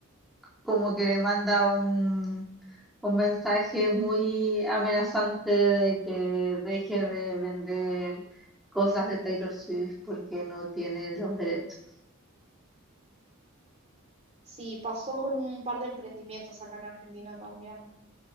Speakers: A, in the centre; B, on the right.
A: como que le manda un, un mensaje muy amenazante de que deje de vender cosas de Taylor Swift porque no tiene los derechos.
B: Sí, pasó con un par de emprendimientos acá en Argentina también,